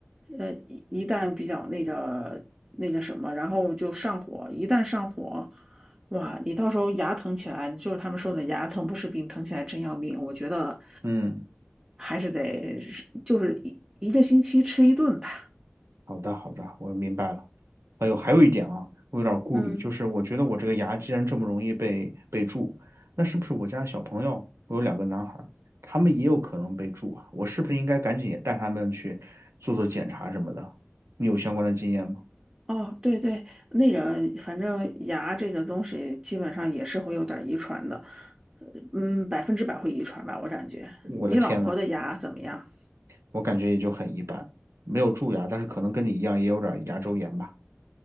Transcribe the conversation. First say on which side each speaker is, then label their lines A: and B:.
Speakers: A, on the right (about 20°); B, on the right (about 85°).
A: 呃，一一旦比较那个那个什么，然后就上火，一旦上火，哇，你到时候牙疼起来，就是他们说的牙疼不是病，疼起来真要命。我觉得
B: 嗯，
A: 还是得就是一一个星期吃一顿吧。
B: 好的好的，我明白了。还有还有一点啊，我有点顾虑，
A: 嗯，
B: 就是我觉得我这个牙既然这么容易被被蛀，那是不是我家小朋友，我有两个男孩儿，他们也有可能被蛀啊？我是不是应该赶紧也带他们去做做检查什么的？你有相关的经验吗？
A: 哦，对对，那个反正牙这个东西基本上也是会有点遗传的，呃嗯，百分之百会遗传吧，我感觉。
B: 我的天呐，
A: 你老婆的牙怎么样？
B: 我感觉也就很一般，没有蛀牙，但是可能跟你一样也有点牙周炎吧。